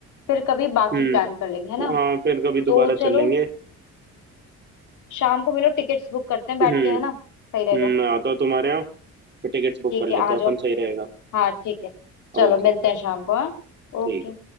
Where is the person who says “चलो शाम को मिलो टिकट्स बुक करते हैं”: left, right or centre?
Left